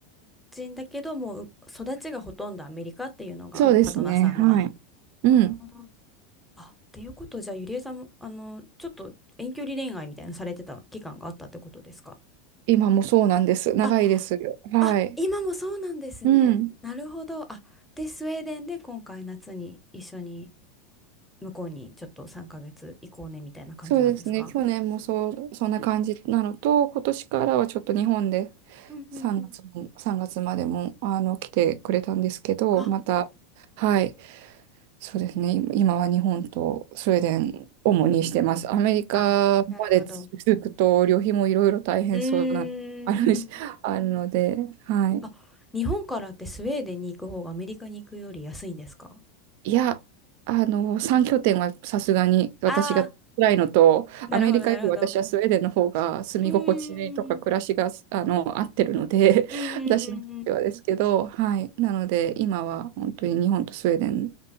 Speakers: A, in the centre; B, on the right.
A: 人だけど、もう育ちがほとんどアメリカっていうのがパートナーさんの。
B: そうですね、はい。
A: あ、
B: うん。
A: なるほど。あ、っていうことじゃあゆりえさんも、あの、ちょっと遠距離恋愛みたいなのされてた期間があったってことですか
B: 今もそうなんです。長いですよ。
A: あ、
B: はい。
A: あ、今もそうなんですね。
B: うん。
A: なるほど。あ、で、スウェーデンで今回夏に一緒に向こうにちょっと3ヶ月行こうねみたいな感じなんですか
B: そうですね、去年もそう、そんな感じなのと、今年からはちょっと日本で
A: うんうんうん。
B: 3月も、3月までもあの来てくれたんですけど、
A: あ、
B: また、はい、そうですね、今今は日本とスウェーデン、主にしてます。アメリカまで続くと、
A: あ、なるほど。
B: 旅費もいろいろ大変そうな、
A: うーん。
B: あるし、あるので、はい。
A: あ、日本からってスウェーデンに行く方がアメリカに行くより安いんですか
B: いや、あの、3拠点はさすがに私が辛いのと、
A: ああー、なるほど、
B: アメリカより私はスウェーデンの方が住み心地とか暮らしが、
A: なるほど。うーん、うん、
B: あの、合ってるので、
A: うん、
B: <laughs>
A: うん。
B: 私にとってはですけど、
A: うん
B: はい。なので、今は本当に日本とスウェーデン